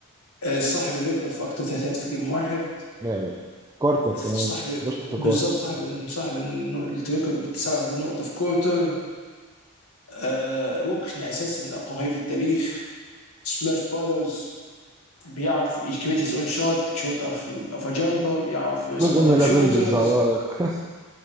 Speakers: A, on the left; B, on the right.
A: آه، صاحب الريكورد في أكتر ثلاثيات في جيم واحد
B: لا لا كارتر كمان
A: صاحب
B: 11 في
A: بالظبط
B: كارتر
A: صاحب
B: لا لا
A: صاحب النو- الريكورد ب 39 نقطة في كورتر آه، ركن أساسي من أقوى هاي في التاريخ سبلاش بادرز بيعرف يكريت هيز اون شوت شوت اوف اوف ا جامبر يعرف
B: جزء
A: سبوت
B: من
A: اب
B: الافنجرز
A: شوترز
B: على رايك <laughs>